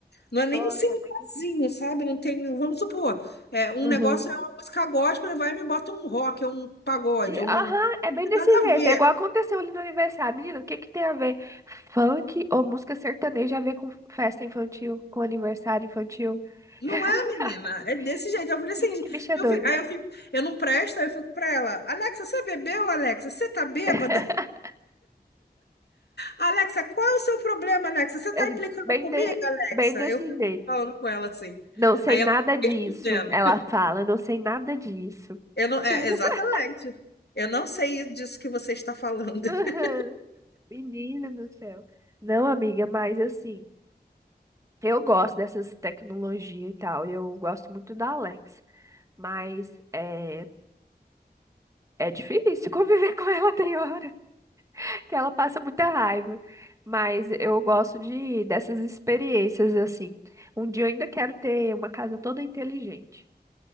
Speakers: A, on the left; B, on the right.
A: Não é nem
B: Nossa,
A: um cemitério,
B: é bem difícil.
A: sabe? Não tem, vamos supor, é, um
B: Aham.
A: negócio é uma música gospel, ele vai e me bota um rock, um pagode,
B: E,
A: um.
B: aham, é bem desse
A: Nada a
B: jeito.
A: ver.
B: É igual aconteceu ali no aniversário. Menina, o que que tem a ver funk ou música sertaneja a ver com festa infantil, com aniversário infantil?
A: Não
B: <laughs>
A: é, menina? É desse jeito. Eu falei
B: Menina,
A: assim,
B: que bicha
A: eu
B: doida.
A: fico, aí eu fico, eu não presto, aí eu fico pra ela, Alexa, você bebeu, Alexa? Você tá bêbada?
B: <laughs>
A: Alexa, qual é o seu problema, Alexa? Você tá
B: É
A: implicando
B: bem,
A: comigo,
B: de,
A: Alexa?
B: bem desse
A: Eu fico
B: jeito.
A: falando com ela assim.
B: Não sei
A: Aí
B: nada
A: ela
B: disso,
A: fica respondendo.
B: ela fala. Não sei nada disso.
A: Eu não, é,
B: <laughs>
A: exatamente. Eu não sei disso que você está falando. <laughs>
B: Aham, Menina do céu. Não, amiga, mas assim, eu gosto dessas tecnologias e tal. Eu gosto muito da Alexa. Mas é, é difícil <laughs> conviver com ela tem hora que ela passa muita raiva. Mas eu gosto de dessas experiências assim. Um dia eu ainda quero ter uma casa toda inteligente,